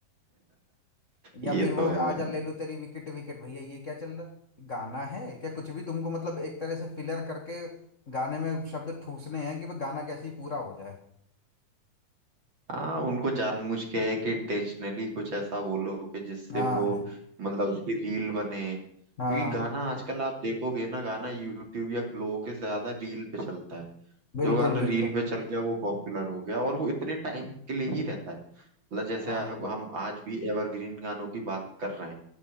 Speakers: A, on the left (about 35°); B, on the right (about 35°).
A: या
B: ये
A: फिर वो
B: तो है
A: आजा ले लो तेरी विकेट विकेट भैया ये क्या चल रहा है गाना है क्या कुछ भी तुमको मतलब एक तरह से फिलर करके गाने में शब्द ठूसने हैं कि वो गाना कैसे ही पूरा हो जाए
B: हाँ उनको जानबूझ के है कि इंटेंशनली कुछ ऐसा बोलो कि जिससे
A: हाँ
B: वो मतलब उसकी रील बने क्योंकि
A: हाँ
B: गाना आजकल आप देखोगे ना गाना यूट्यूब या लोगों के ज्यादा रील पे चलता है
A: बिल्कुल
B: जो गाना रील
A: बिल्कुल
B: पे चल गया वो पॉपुलर हो गया और वो इतने टाइम के लिए ही रहता है मतलब जैसे
A: हाँ
B: आप हम आज भी एवरग्रीन गानों की बात कर रहे हैं